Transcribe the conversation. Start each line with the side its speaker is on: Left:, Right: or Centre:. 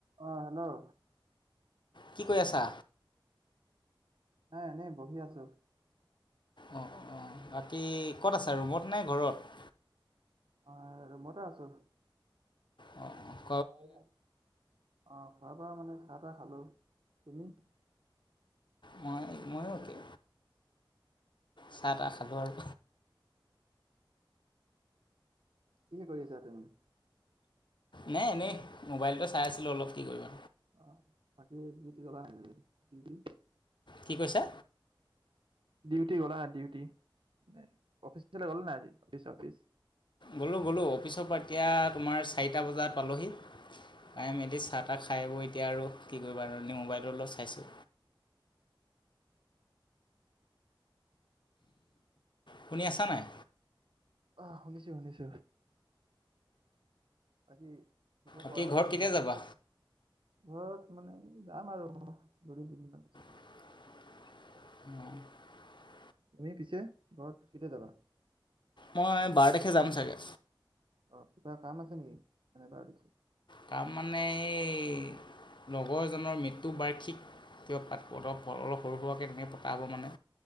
Right: অ' hello.
Left: কি কৰি আছা
Right: নাই, এনেই বহি আছোঁ।
Left: অ-অ, বাকী ক'ত আছা? ৰুমত নে ঘৰত?
Right: মই ৰুমতেই আছোঁ।
Left: অহ।
Right: অ', খোৱা-বোৱা মানে চাহ-তাহ খালোঁ, তুমি?
Left: মই, ময়ো একে, চাহ-তাহ খালোঁ আৰু।
Right: কি কৰি আছা তুমি
Left: নাই এনেই, মোবাইলটো চাই আছিলোঁ অলপ, কি কৰিবা?
Right: অ', বাকি দিউটী গ'লা নাই আজি? দিউটী?
Left: কি কৈছা?
Right: ডিউটি গ'লা নাই? ডিউটি? মানে অফিচলে গ'লা নাই আজি? Office- office?
Left: গলোঁ গলোঁ, অফিচৰ পৰা এতিয়া তোমাৰ চাৰিটা বজাত পালোহি। পাই মেলি, চাহ-তাহ খাই বৈ, এতিয়া আৰু কি কৰিবা আৰু? এনেই মোবাইলটো অলপ চাইছোঁ। শুনি আছা নাই?
Right: অ', শুনিছোঁ শুনিছোঁ। বাকি খবৰ
Left: বাকী
Right: কোৱা,
Left: ঘৰত
Right: কেনেকুৱা?
Left: কেতিয়া যাবা
Right: ঘৰত মানে, যাম আৰু দুদিন-তিনিদিনৰ পিছত।
Left: <inaudible>
Right: তুমি পিছে, ঘৰত কেতিয়া যাবা?
Left: মই বাৰ তাৰিখে যাম চাগে।
Right: অ', কিবা কাম আছে নেকি? এনে <unintelligible>
Left: কাম মানে, এই লগৰজনৰ মৃত্যু বাৰ্ষিক <unintelligible> অলপ সৰু সুৰাকৈ তেনেকৈ পতা হ'ব মানে,